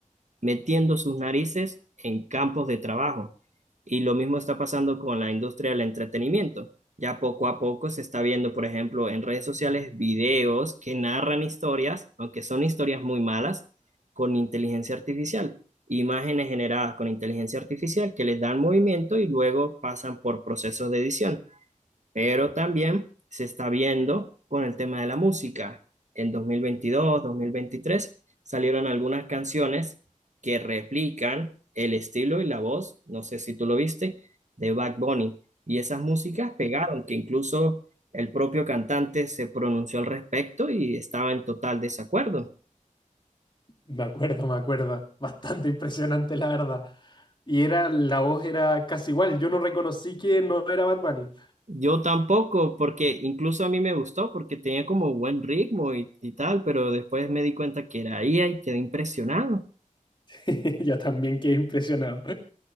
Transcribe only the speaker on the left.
Me acuerdo, me acuerdo. <laughs> Bastante impresionante, la verdad. Y era, la voz era casi igual. Yo no reconocí que no era Bad Bunny.
<laughs> Yo también quedé impresionado.